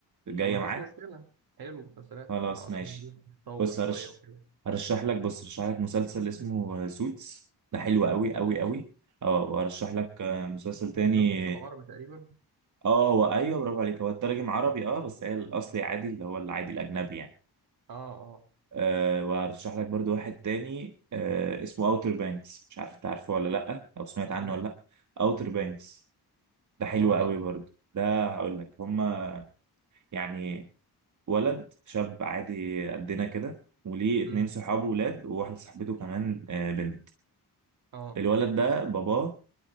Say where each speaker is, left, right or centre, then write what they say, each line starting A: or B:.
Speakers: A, on the right; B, on the right.
A: جاية
B: طب ما فيش
A: معاك
B: مشكله حلو مسلسلات
A: خلاص
B: على
A: ماشي
B: الأقل تتطور
A: بص
B: شويه
A: هرش...
B: وكده
A: هرشح لك بص هرشح لك مسلسل اسمه آه، سوتس ده حلو قوي قوي
B: سوتس
A: قوي اه وهرشح لك آه، مسلسل تاني
B: مش ده القصه العربي تقريبا
A: اه هو ايوه برافو عليك هو الترجم عربي اه بس هي الاصلي عادي اللي هو العادي الاجنبي يعني
B: اه اه
A: آه وهرشح لك برضو واحد تاني آه اسمه اوتر بانكس مش عارف انت عارفه ولا لا او سمعت
B: اسمه
A: عنه ولا
B: ايه
A: لا اوتر بانكس ده
B: ده
A: حلو
B: عباره عن
A: قوي
B: ايه ده
A: برضو ده هقول لك هما يعني ولد شاب عادي قدنا كده وليه اتنين
B: امم
A: صحابه ولاد وواحدة صاحبته كمان آه، بنت
B: اه
A: الولد ده باباه